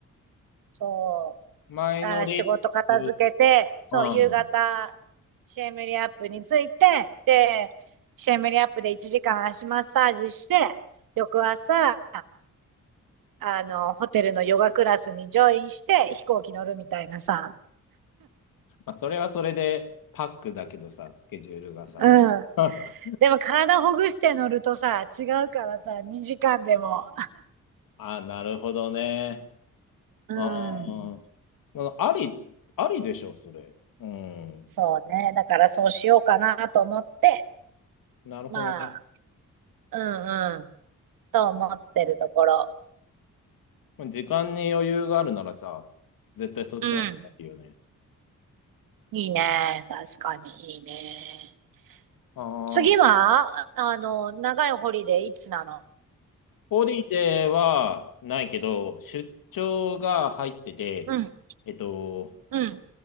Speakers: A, on the right (about 80°); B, on the left (about 80°).
A: そう。
B: 前乗りっていう、
A: だから仕事片付けて、そう、
B: うん。
A: 夕方、シェムリアップについて、で、シェムリアップで1時間足マッサージして、翌朝、あの、ホテルのヨガクラスにジョインして飛行機乗るみたいなさ。
B: まあ、それはそれでパックだけどさ、スケジュールがさ。
A: うん。
B: <laughs>
A: でも体ほぐして乗るとさ、違うからさ、2時間でも。
B: あ、なるほどね。
A: うん。
B: あー、うん、あり、ありでしょ、それ。うん。
A: そうね。だからそうしようかなと思って、
B: なるほどね。
A: まあ、うんうん、と思ってるところ。
B: まあ時間に余裕があるならさ、絶対そっちの方がいいよね。
A: うん。いいね。確かにいいね。
B: ああ、
A: 次は、あの、長いホリデーいつなの
B: ホリデーはないけど、出張が入ってて、
A: うん、
B: えっと、
A: うん。